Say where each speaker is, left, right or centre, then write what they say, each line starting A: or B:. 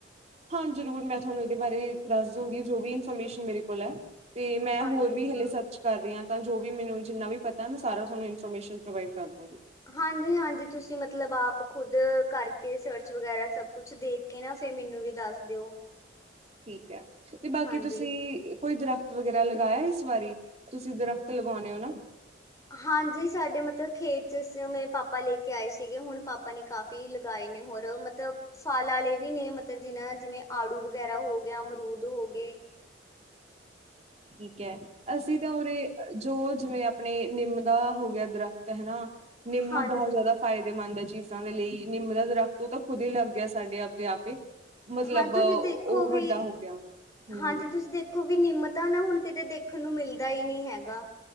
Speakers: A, on the right (about 35°); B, on the left (about 20°).
A: ਹਾਂ ਜ਼ਰੂਰ ਮੈਂ ਤੁਹਾਨੂੰ ਇਹਦੇ ਬਾਰੇ
B: ਹਮ
A: ਦੱਸ ਦੂੰਗੀ ਜੋ ਵੀ ਇਨਫੋਰਮੇਸ਼ਨ। ਮੇਰੇ ਕੋਲ ਹੈ। ਤੇ ਮੈਂ
B: ਹਾਂਜੀ
A: ਹੋਰ ਵੀ ਹਲੇ
B: ਹਾਂ
A: ਸਰਚ ਕਰ ਰਿਹਾ ਹੈ। ਤਾਂ ਜੋ ਵੀ ਮੈਨੂੰ ਜਿੰਨਾ ਵੀ ਪਤਾ ਹੈ ਮੈਂ ਸਾਰਾ ਤੁਹਾਨੂੰ ਇਨਫੋਰਮੇਸ਼ਨ ਪ੍ਰੋਵਾਈਡ ਕਰ ਦੂੰਗੀ।
B: ਹਾਂਜੀ ਹਾਂਜੀ ਤੁਸੀਂ ਮਤਲਬ ਆਪ ਖੁਦ ਕਰਕੇ ਸਰਚ ਵਗੈਰਾ ਸਭ ਕੁਛ ਦੇਖ ਕੇ ਨਾ ਫਿਰ ਮੈਨੂੰ ਵੀ ਦੱਸ ਦਿਓ?
A: ਠੀਕ ਹੈ ਤੇ ਬਾਕੀ
B: ਹਾਂਜੀ।
A: ਤੁਸੀਂ ਕੋਈ ਦਰਖਤ ਵਗੈਰਾ। ਲਗਾਇਆ ਇਸ ਵਾਰੀ ਤੁਸੀਂ ਦਰਖਤ ਲਗਾਉਣੇ ਹੋ ਨਾ।
B: ਹਾਂਜੀ ਸਾਡੇ ਮਤਲਬ ਖੇਤ ਚ ਮੇਰੇ ਪਾਪਾ ਲੈ ਕੇ ਆਏ ਸੀਗੇ ਹੁਣ ਪਾਪਾ ਨੇ ਕਾਫ਼ੀ ਲਗਾਏ ਨੇ ਹੋਰ ਮਤਲਬ ਫਲ ਵਾਲੇ ਵੀ ਨੇ ਮਤਲਬ ਜਿਨਾ ਜਿਵੇਂ ਆੜੂ ਵਗੈਰਾ ਹੋ ਗਿਆ, ਅਮਰੂਦ ਹੋ ਗਏ।
A: ਠੀਕ। ਹੈ ਅਸੀਂ ਤਾਂ ਉਰੇ ਜੋ। ਜਿਵੇਂ ਆਪਣੇ ਨਿੰਮ ਦਾ ਹੋ ਗਿਆ ਦਰਖਤ ਹਨਾ।
B: ਹਾਂਜੀ-ਹਾਂਜੀ
A: ਨਿੰਮ ਬਹੁਤ ਜ਼ਿਆਦਾ ਫਾਇਦੇਮੰਦ ਹੈ ਚੀਜ਼। ਚੀਜ਼ਾਂ ਦੇ ਲਈ ਨਿੰਮ ਦਾ ਦਰੱਖਤ ਉਹ ਤਾਂ ਖੁਦ ਹੀ ਲੱਗ ਗਿਆ ਸਾਡੇ ਆਪਦੇ ਆਪ ਹੀ। ਮਤਲਬ
B: ਹਾਂ ਤੁਸੀਂ
A: ਉਹ
B: ਦੇਖੋ ਵੀ
A: ਵੱਡਾ ਹੋ ਗਿਆ ਹੂੰ।
B: ਹਾਂਜੀ ਤੁਸੀਂ ਦੇਖੋ ਵੀ ਨਿੰਮ ਤਾ ਨਾ ਹੁਣ ਕਿਤੇ ਦੇਖਣ ਨੂੰ ਮਿਲਦਾ ਹੀ ਨਹੀਂ ਹੈਗਾ